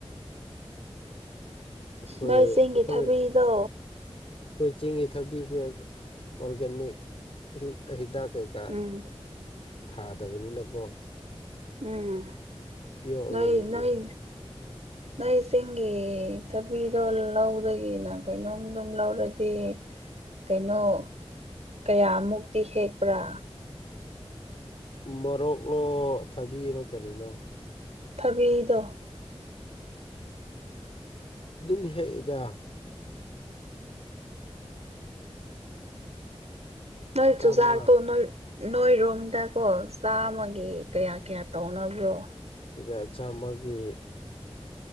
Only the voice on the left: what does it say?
ꯑꯩꯈꯣꯏ
ꯑꯩꯈꯣꯏ
ꯑꯩꯈꯣꯏ ꯆꯤꯡꯒꯤ ꯊꯕꯤꯁꯦ ꯑꯣꯔꯒꯥꯅꯤꯛ ꯍꯤꯗꯥꯛ ꯀꯩꯀꯥ
ꯊꯥꯗꯕꯅꯤꯅꯀꯣ
ꯄꯤꯌꯣꯔ ꯑꯣꯔꯒꯥꯅꯤꯛꯅꯤꯅ
ꯃꯣꯔꯣꯛꯂꯣ ꯊꯥꯕꯤꯔꯣ ꯀꯔꯤꯅꯣ
ꯑꯗꯨꯝ ꯍꯦꯛꯏꯗ
ꯆꯥꯝꯃ
ꯆꯨꯖꯥꯛ ꯆꯥꯝꯃꯒꯤ